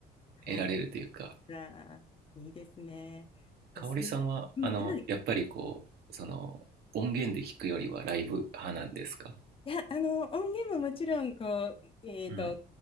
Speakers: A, on the left; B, on the right.
A: は
B: 得られるというか
A: い。ああ、いいですね。フェス、
B: 香織さんは、
A: うん、
B: あの、
A: はい。
B: やっぱりこう、その、音源で聞くよりはライブ派なんですか
A: いや、あの、音源ももちろん、こう、えっと、
B: うん。